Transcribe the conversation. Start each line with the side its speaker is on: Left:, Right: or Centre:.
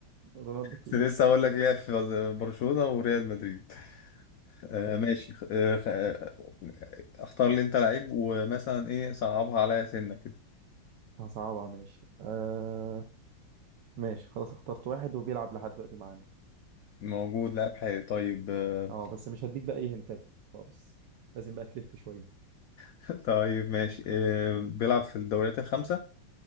Right: رونالدو الكبير
Left: بس لسه هقول لك ليه في برشلونة وريال مدريد آه
Right: تمام
Left: ماشي آه خ- آه، اختار لي انت لعيب ومثلا ايه صعبها عليا سنة كده
Right: هصعبها ماشي آه ماشي خلاص اخترت واحد وبيلعب لحد دلوقتي معانا
Left: موجود لاعب حالي طيب آه
Right: اه بس مش هديك بقى اي هنتات خالص لازم بقى تلف شويه
Left: <laughs> طيب ماشي آه بيلعب في الدوريات الخمسة